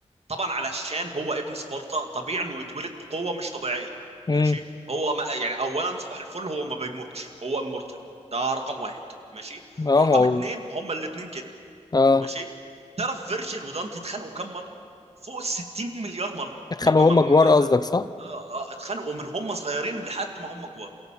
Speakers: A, on the right; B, on the left.
A: طبعا علشان هو ابن سبارتا طبيعي انه يتولد بقوه مش طبيعيه
B: امم
A: ماشي هو ما يعني اولا صباح الفل هو ما بيموتش هو امورتال ده رقم واحد ماشي
B: اه
A: رقم
B: ما هو
A: اتنين هما الاتنين كده
B: اه
A: ماشي تعرف فيرجيل ودانتي اتخانقوا كام مره فوق ال 60 مليار مره م-
B: كانوا
A: م- م-
B: هما كبار
A: م-
B: قصدك صح؟
A: آه، آه، اتخانقوا من هم صغيرين لحد ما هم كبار